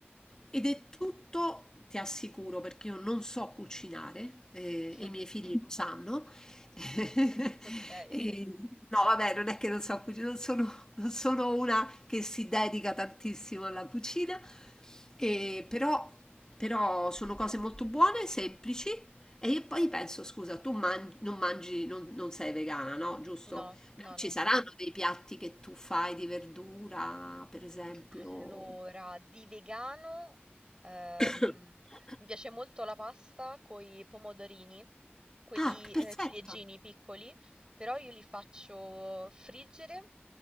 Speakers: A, on the left; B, on the right.
A: ed è tutto, ti assicuro, perché io non so cucinare eh,
B: <laughs>
A: e i miei figli lo sanno. <laughs>
B: Ok. <laughs>
A: E- no, vabbè, non è che non so cucinare, non sono, non sono una che si dedica tantissimo alla cucina, e però, però sono cose molto buone, semplici. E io poi penso, scusa, tu man- non mangi, non, non sei vegana, no? Giusto?
B: No,
A: Però
B: no,
A: ci
B: no.
A: saranno dei piatti che tu fai di verdura, per esempio.
B: Allora, di vegano, ehm,
A: <coughs>
B: mi piace molto la pasta con i pomodorini, quelli
A: Ah, perfetto.
B: eh, ciliegini piccoli, però io li faccio friggere